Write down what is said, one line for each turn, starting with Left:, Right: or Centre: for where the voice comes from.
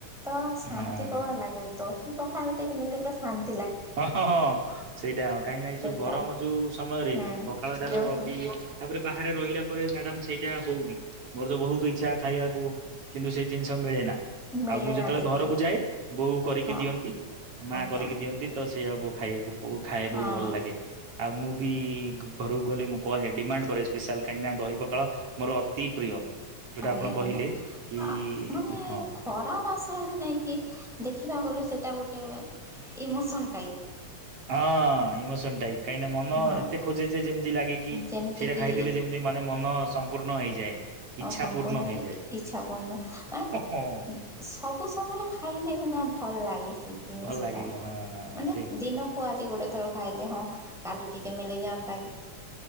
Centre: ତ ଶାନ୍ତି
Right: ହଁ
Centre: କଣ ଲାଗେ? ଦହି ପଖାଳ ଟିକେ ମିଳିଲେ ଶାନ୍ତ।
Right: ହଁ, ହଁ, ସେଇଟା କାହିଁକି ନା ଏଇ ଯୋଉ
Centre: ଏଟା
Right: ଗରମ ଯଉ ସମୟରେ
Centre: ହୁଁ
Right: ପଖାଳ ଟାରୁ
Centre: ଯୋଉ
Right: ଅପି
Centre: ହୁଁ
Right: ତାପରେ ବାହାରେ ରହିଲା ପରେ ମ୍ୟାଡ଼ମ ସେଇଟା ହଉନି। ମୋର ତ ବୋହୁତ ଇଚ୍ଛା ଖାଇବାକୁ। କିନ୍ତୁ, ସେ ଜିନିଷ ମିଳେ ନା।
Centre: ମିଳେନା
Right: ଆଉ ମୁଁ ଯେତେବେଳେ
Centre: ଟିକେ
Right: ଘରକୁ ଯାଏ, ବୋଉ କରିକି
Centre: ହଁ
Right: ଦିଅନ୍ତି ମା
Centre: ଆଜ୍ଞା
Right: କରିକି
Centre: ଆଜ୍ଞା।
Right: ଦିଅନ୍ତି। ତ ସେଇଆକୁ ଖାଇବାକୁ ବୋଉ ଖାଏ
Centre: ହଁ
Right: ବହୁତ ଭଲ ଲାଗେ। ଆଉ ମୁଁ ବି ଘରକୁ ଗଲେ ମୁଁ କହେ ଡିମାଣ୍ଡ କରେ ସ୍ପେଶାଲ, କାହିଁକିନା ଦହି ପଖାଳ ମୋର ଅତି ପ୍ରିୟ। ଯୋଉଟା
Centre: ଆଜ୍ଞା,
Right: ଆପଣ କହିଲେ
Centre: ଆଜ୍ଞା,
Right: କି
Centre: ଆଁ ମାନେ
Right: ହଁ
Centre: ଖରା ମାସ ତ ହେଲେ ନେଇଁ କି ଦେଖିବାକୁ ଗଲେ ସେଟା ଗୋଟେ ଇମୋସନ ଟାଇପ।
Right: ହଁ, ଇମୋସନ ଟାଇପ କାହିଁକିନା ମନ
Centre: ହଁ।
Right: ଏତେ ଖୋଜେ ଯେ ଯେମିତି ଲାଗେ କିି
Centre: ଯେମିତିକି
Right: ସେଟା ଖାଇଦେଲେ ଯେମିତି ମାନେ ମନ ସମ୍ପୂର୍ଣ୍ଣ ହେଇଯାଏ।
Centre: ହ,
Right: ଇଚ୍ଛା
Centre: ସମ୍ପୂର୍ଣ୍ଣ
Right: ପୂର୍ଣ୍ଣ ହେଇଯାଏ।
Centre: ଇଚ୍ଛାପୂର୍ଣ୍ଣ ମାନେ
Right: ହଁ
Centre: ସବୁ ସମୟରେ ଖାଇ ସେ ନା ଭଲ ଲାଗେ। ସେ ଜିନିଷ
Right: ଭଲ ଲାଗିବ
Centre: ଟା।
Right: ହଁ
Centre: ମାନେ
Right: ସେଇ
Centre: ଦିନକୁ ଆଜି ଗୋଟେ ଥର ଖାଇଲେ, ହଁ କାଲି ଟିକେ ମିଲିଯାଆନ୍ତା